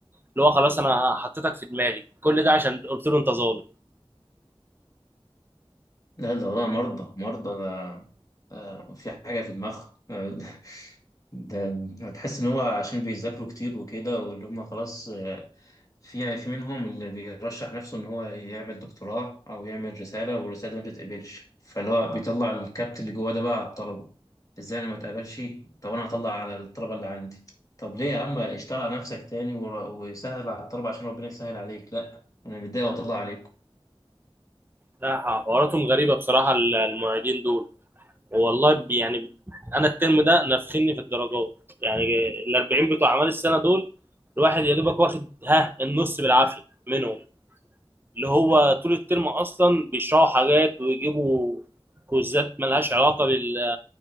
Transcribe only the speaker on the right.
اللي هو خلاص انا حطيتك في دماغي كل ده عشان قلت له انت ظالم
لا حواراتهم غريبه بصراحه المعيدين دول والله ب- يعني انا الترم ده نفخني في الدرجات يعني ال 40 بتوع اعمال السنه دول الواحد يا دوبك واخد ها النص بالعافيه منهم اللي هو طول الترم اصلا بيشرحوا حاجات ويجيبوا كوزات ملهاش علاقه بال...